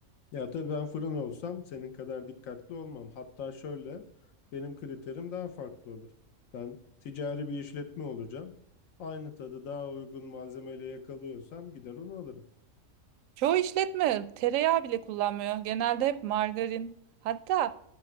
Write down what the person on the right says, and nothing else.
Çoğu işletme tereyağı bile kullanmıyor. Genelde hep margarin. Hatta